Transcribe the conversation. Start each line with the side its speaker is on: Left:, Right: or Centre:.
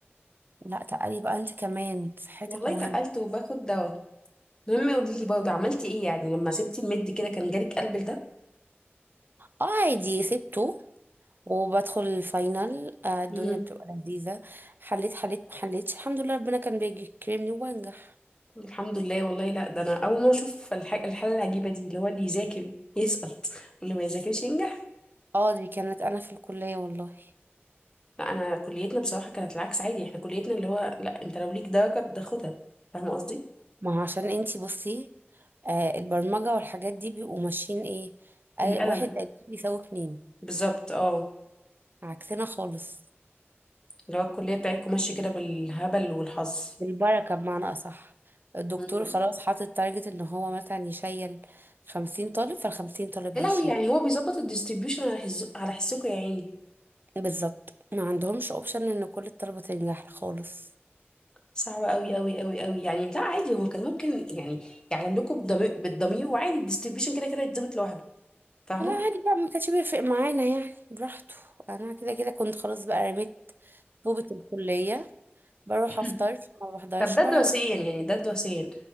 Right: لا تقلي بقى انت كمان صحتك
Left: والله
Right: مهم
Left: تقلت وباخد دواء المهم قولي لي برضه عملتي ايه يعني لما سبتي المد كده كان جالك قلب ده
Right: اه عادي سبته وبدخل الفاينل آه، الدنيا
Left: مهم.
Right: بتبقى لذيذة حليت حليت ما حليتش الحمد لله ربنا كان بيكرمني وبنجح
Left: الحمد لله والله لا ده انا اول ما اشوف الح- الحالة العجيبة دي اللي هو اللي يذاكر يسقط واللي ما يذاكرش ينجح
Right: اه دي كانت انا في الكلية والله
Left: لا انا كليتنا بصراحه كانت العكس عادي احنا كليتنا اللي هو لا انت لو ليك درجه بتاخدها فاهمه قصدي
Right: ما هو عشان انتي بصي آه البرمجة والحاجات دي بيبقوا ماشيين ايه آه،
Left: بالقلم
Right: واحد زائد اتنين يساوي اتنين
Left: بالظبط اه
Right: عكسنا خالص
Left: اللي هو الكليه بتاعتكم ماشيه كده بالهبل والحظ
Right: بالبركة بمعنى أصح الدكتور
Left: مم.
Right: خلاص حاطط تارجت ان هو مثلا يشيل خمسين طالب فالخمسين طالب
Left: يا
Right: هيشيله
Left: لهوي يعني هو بيظبط الديستريبيوشن على حز... على حسكم يا عيني
Right: بالظبط ما عندهمش اوبشن ان كل الطلبة تنجح خالص
Left: صعبة قوي قوي قوي قوي يعني لا عادي هو كان ممكن يعني يعلن لكم بالضمير, بالضمير وعادي الديستريبيوشن كده كده يتظبط لوحده فاهمة
Right: لا عادي بقى ما كانش بيفرق معانا يعني براحته انا كده كده كنت خلاص بقى رميت طوبة الكلية بروح
Left: <laughs> <clears throat>
Right: افطر ما بحضرش
Left: طب ده
Right: بروح
Left: دراسيا يعني ده دراسيا